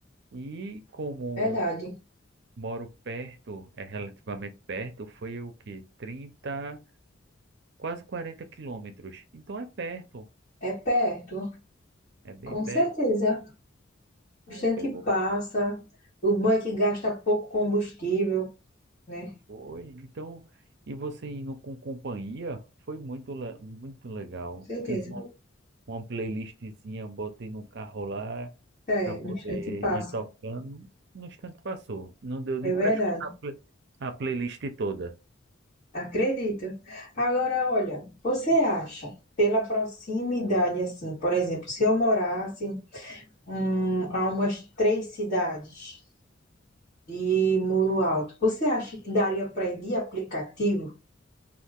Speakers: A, on the right (about 60°); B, on the left (about 40°).
A: E como
B: Verdade.
A: moro perto, é relativamente perto, foi o quê? trinta, quase 40 quilômetros. Então é perto,
B: É perto.
A: é bem
B: Com
A: perto.
B: certeza. O
A: Aí
B: instante
A: pegou,
B: passa. O bom é que gasta pouco combustível, né?
A: foi. Então, e você indo com companhia, foi muito, le- muito legal.
B: Com certeza.
A: Fiz uma uma playlistzinha, eu botei no carro lá
B: É,
A: para poder
B: no instante passa.
A: ir tocando. No instante passou. Não deu
B: É
A: nem
B: verdade.
A: para escutar a play- a playlist toda.
B: Acredito. Agora, olha, você acha, pela proximidade, assim, por exemplo, se eu morasse hum, a umas três cidades de Muro Alto, você acha que daria para ir de aplicativo?